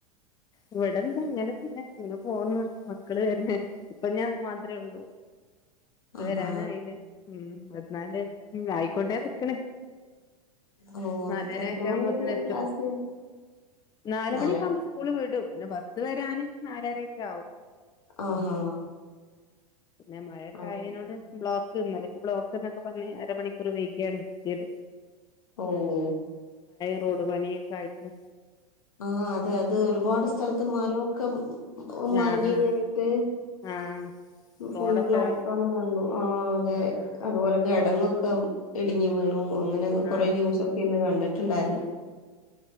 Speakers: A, on the left; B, on the left.
A: ഇവിടെന്താ ങ്ങനെ തന്നെ ങ് പോന്ന് മക്കള് വരുചെയ്ത് ഇപ്പൊ ഞാൻ മാത്രമേള്ളു
B: ആഹാ
A: വരാനായില്ലേ ഉം ന്നാല് ഉ ആയിക്കൊണ്ടേ നിക്കണ്
B: ഓ
A: നലരൊക്കെ
B: എത്ര മണി
A: ആവുമ്പോതേ
B: വരെയാ
A: നേത്തും
B: ക്ലാസ്
A: നാലുമണിക്കകുമ്പോ
B: നാലര
A: സ്കൂള് വിടും പിന്നെ ബസ് വരാന് നാലരക്കാവും
B: ആഹാ
A: പിന്നെ മഴകെ
B: ആ
A: ആയോട് ബ്ലോക്ക്ന്നെ ബ്ലോക്ക് ന്നൊക്കെ പറഞ്ഞ് അരമണിക്കൂർ വേകിയാനെത്തിയത്
B: ഉം....
A: തോട് പണീക്കായിട്ട്
B: ആ അതെ അത് ഒരുപാട് സ്ഥലത്ത് മരൊക്കെ ഒ മറിഞ്
A: ആഹ് ആഹ്
B: വീണിട്ട്
A: ആഹ്
B: ഫുൾ
A: റോഡൊക്കെ
B: ബ്ലോക്കാണ് കണ്ട് ആ അതെ
A: ഉം
B: അതുപോലെ കിടങ്ങൊക്കെ ഇടിങ്ങി വീണു അങ്ങനെ കൊറ
A: ആഹ്
B: ന്യൂസൊക്കെ ഇന്ന് കണ്ടിട്ട് ണ്ടായിരുന്നു
A: ഉം